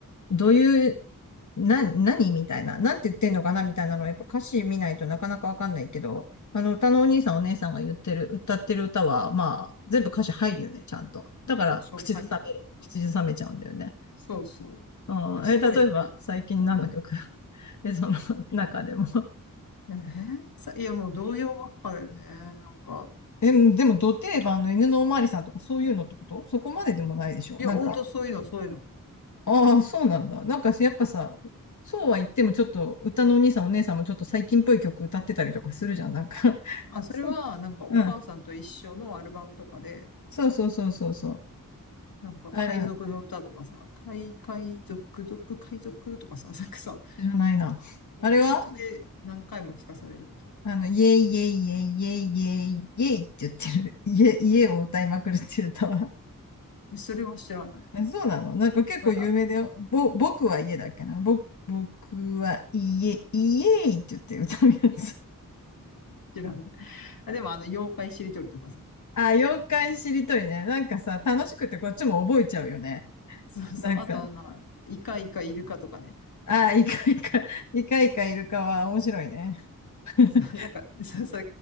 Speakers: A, on the left (about 55°); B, on the left (about 80°).
A: どういう、な、何みたいな、なんて言ってんのかなみたいなのは、やっぱ歌詞見ないとなかなかわかんないけど、あの、歌のお兄さんお姉さんが言ってる、歌ってる歌は、まあ、全部歌詞入るよね、ちゃんと。だから、
B: そう、
A: 口ずさめる。
B: はい。
A: 口ずさめちゃうんだよね。
B: そうそう。
A: うん。
B: いや、すごいね。
A: え、例えば、
B: い
A: 最近何の曲
B: うん
A: <laughs> え、その中でも
B: えーさ、いや、もう童謡ばっかだよね。なんか。
A: え、でも、ど定番の犬のおまわりさんとかそういうのってことそこまででもないでしょなんか、
B: いや、ほんとそういうの、そういうの。
A: ああ、そうなんだ。なんか、やっぱさ、そうは言ってもちょっと、歌のお兄さんお姉さんもちょっと最近っぽい曲歌ってたりとかするじゃん。なんか
B: あ、それは、
A: そう、
B: なんか、お母さんと一緒のアルバムとかで、
A: うん。そうそうそうそうそう。
B: なんか、
A: あれ、
B: 海賊の歌とかさ、海、海賊、賊、海賊とかさ、なんかさ、
A: 知らないな。
B: リピートで何回も聞かされるっていう。
A: あれはあの、イエイイエイイエイイエイイエイイエイって言ってる。家、家を歌いまくるっていう歌は。
B: えそれは知らない。
A: えそうなのなんか結構有名だよ。
B: ごめあ、
A: ぼ、僕は家だっけな。ぼ、僕は家、イエイイエイって言って歌うやつ。
B: 知らない。あ、でもあの、妖怪しりとりとかさ。
A: あ、妖怪しりとりね。なんかさ、楽しくてこっちも覚えちゃうよね。
B: そうそう。
A: なんか、
B: あとあの、イカイカイルカとかね。
A: あ、イカイカ、イカイカイルカは面白いね。<laughs>
B: <laughs> なんか、さ、さ、